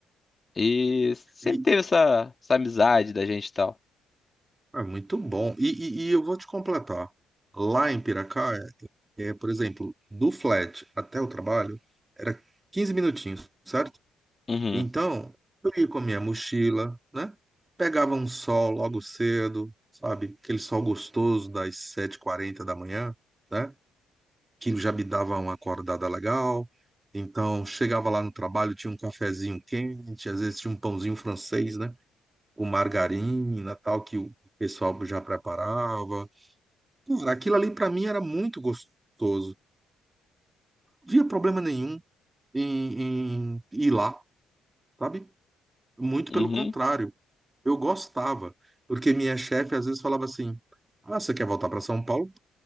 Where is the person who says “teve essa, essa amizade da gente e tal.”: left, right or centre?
Left